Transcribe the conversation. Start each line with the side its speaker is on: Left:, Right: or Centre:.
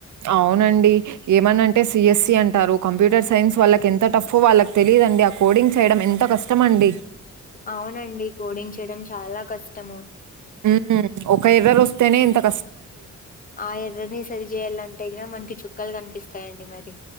Right: అవునండి ఏమన అంటే సిఎస్సి అంటారు కంప్యూటర్ సైన్స్ వాళ్ళకి ఎంత టఫ్ వాళ్ళకి తె, లేదండి ఆ కోడింగ్ చేయడం ఎంత
Left: ఆ
Right: కష్టమ అండి.
Left: అవునండి కోడింగ్ చేయడం చాలా కష్టము.
Right: ఉ ఒక ఎర్రర్ వస్తేనే ఇంత ఇహ.
Left: ఆ ఎర్రని సరి చేయాలంటే కిన మనకి చుక్కాలు కనిపిస్తాయంండి మరి,